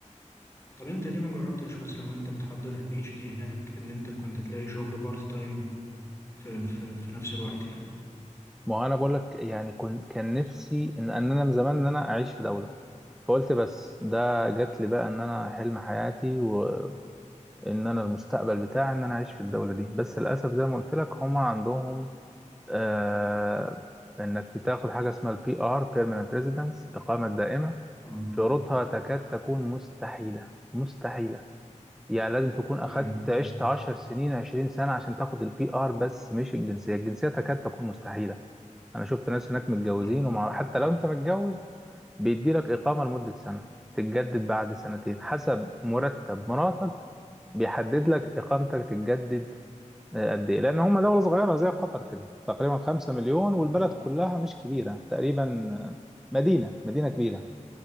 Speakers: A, on the left (about 20°); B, in the centre.
A: طب أنت ليه ما جربتش مثلا وأنت بتحضر البي اتش دي هناك إن أنت كنت تلاقي شغل بارت تايم في في في نفس الوقت يعني
B: ما هو أنا بقول لك يعني كنت كان نفسي إن إن أنا من زمان إن أنا أعيش في دولة فقلت بس ده جات لي بقى إن أنا حلم حياتي وإن أنا المستقبل بتاعي إن أنا أعيش في الدولة دي بس للأسف زي ما قلت لك هم عندهم آه إنك بتاخد حاجة اسمها البي آر بيرمننت ريزيدنس إقامة دائمة
A: آه
B: شروطها تكاد تكون مستحيلة مستحيلة يعني لازم تكون أخدت
A: يا
B: عشت عشر سنين عشرين سنة عشان تاخد البي آر بس مش الجنسية الجنسية تكاد تكون مستحيلة أنا شفت ناس هناك متجوزين
A: آه
B: ومع حتى لو أنت متجوز بيديلك إقامة لمدة سنة تتجدد بعد سنتين حسب مرتب مراتك بيحدد لك إقامتك تتجدد آه، قد إيه لأن هم دولة صغيرة زي قطر كده تقريبا خمسة مليون والبلد
A: آه
B: كلها مش كبيرة تقريبا آه، مدينة مدينة كبيرة